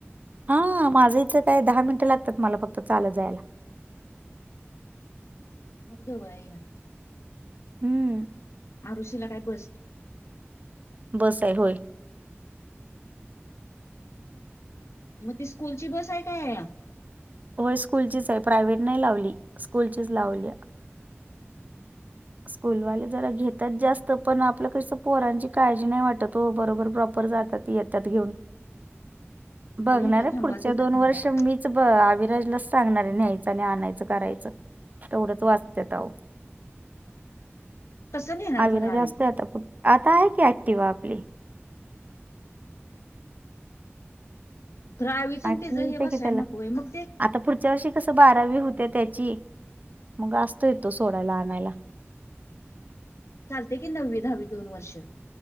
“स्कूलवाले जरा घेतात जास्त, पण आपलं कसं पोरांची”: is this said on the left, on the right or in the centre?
Right